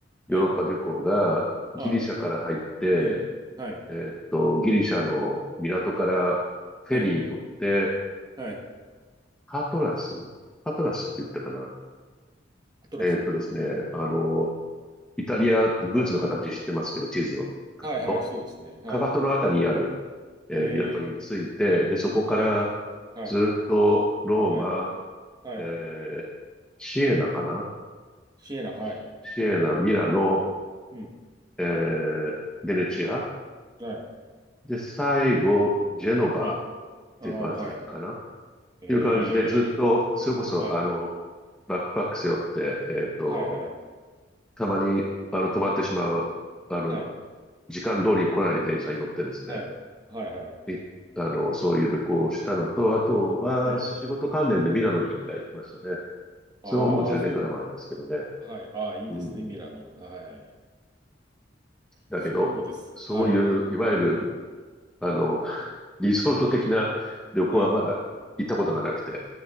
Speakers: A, in the centre; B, on the right (about 20°).
A: ヨーロッパ旅行がギリシャから入って、
B: い。ええはい。うん。はい。
A: えーっと、ギリシャの港からフェリー乗って、
B: はい。はい。
A: パトラスパトラスって言ったかな。
B: アトラス。
A: えーっとですね、あの、イタリア、ブーツの形してますけど、地図を描くと、
B: はいはいはいはいはいうんはいはいはいアトラスはいはいそうですね。はい。
A: かかとのあたりにあるえー港に着いて、
B: ええ
A: で、そこから
B: はい。はい
A: ずっとローマ、
B: はい。はい。
A: えーシエナかな
B: シエナ、はい。
A: シシエナ、ミラノ、
B: うん。
A: えーベネチア。
B: はい。
A: で、最後、ジェノバ
B: ええ。
A: っていう感じかなっ
B: ああ、はい、はい。ええ。
A: ていう感じでずっと、それこそ、
B: はい。
A: あの、バックパック背負って、えっと、
B: はい、はい。
A: たまに、あの、止まってしまう、あの、
B: はい。
A: 時間通りに来ない電車に乗ってですね、
B: はい。はい、はい。
A: いあの、そういう旅行をしたのと、あとは仕事関連でミラノに一回行きましたね。
B: ええ。ああ、
A: それももう10年ぐらい前ですけどね。
B: そう、はい。ああ、いいですね、
A: うん。
B: ミラノ。はい。
A: だけど、
B: そうです。
A: そういう、
B: はい。
A: いわゆる、
B: うん。
A: あの、リゾート的な旅行はまだ行ったことがなくて、
B: はい。